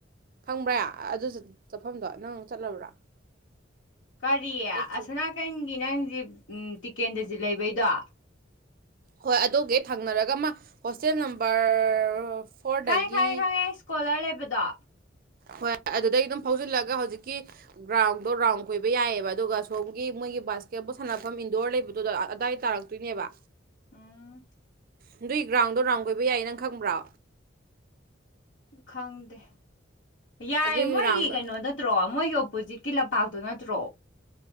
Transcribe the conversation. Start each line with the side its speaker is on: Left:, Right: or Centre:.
Right: ꯐꯪꯕ꯭ꯔꯥ ꯑꯗꯨ ꯆꯠꯐꯝꯗꯣ ꯅꯪ ꯆꯠꯂꯕ꯭ꯔꯥ
Left: ꯀꯔꯤ
Right: ꯆꯠꯇ꯭ꯔꯤ
Left: ꯑꯁꯅꯥꯀꯟꯒꯤ ꯅꯪꯁ ꯇꯤꯀꯦꯟꯗꯖꯤꯠ ꯂꯩꯕꯩꯗꯣ
Right: ꯍꯣꯏ ꯑꯗꯨꯒꯤ ꯍꯛ ꯊꯪꯅꯔꯒ ꯃꯥ ꯍꯣꯁꯇꯦꯜ ꯅꯝꯕꯔ ꯍꯗꯒꯤ
Left: ꯈꯪꯉꯦ ꯈꯪꯉꯦ ꯈꯪꯉꯦ ꯏꯁꯀꯣꯂꯔ ꯂꯩꯕꯗꯣ
Right: ꯍꯣꯏ ꯑꯗꯨꯗꯗꯒꯤ ꯑꯗꯨꯝ ꯐꯥꯎꯖꯤꯜꯂꯒ ꯍꯧꯖꯤꯛꯀꯤ ꯒ꯭ꯔꯥꯎꯟꯗꯣ ꯔꯥꯎꯟ ꯀꯣꯏꯕ ꯌꯥꯏꯌꯦꯕ ꯑꯗꯨꯒ ꯁꯣꯝꯒꯤ ꯃꯣꯏꯒꯤ ꯕꯥꯁꯀꯦꯠꯕꯣꯜ ꯁꯥꯟꯅꯐꯝ ꯏꯟꯗꯣꯔ ꯂꯩꯕꯗꯨꯗ ꯑꯗꯥꯏ ꯇꯥꯔꯛ ꯇꯅꯦꯕ
Left: ꯎꯝ
Right: ꯅꯗꯨꯏ ꯒ꯭ꯔꯥꯎꯟꯗꯣ ꯔꯥꯎꯟ ꯀꯣꯏꯕꯏ ꯅꯪ ꯈꯪꯕ꯭ꯔꯣ
Left: ꯈꯪꯗꯦ ꯌꯥꯏ
Right: ꯑꯗꯨꯒꯤ
Left: ꯃꯣꯏꯒꯤ
Right: ꯒ꯭ꯔꯥꯎꯟꯗ
Left: ꯀꯩꯅꯣꯗ ꯅꯠꯇ꯭ꯔꯣ ꯃꯣꯏꯒꯤ ꯑꯣꯄꯣꯖꯤꯠꯀꯤ ꯂꯝꯄꯥꯛꯇꯣ ꯅꯠꯇ꯭ꯔꯣ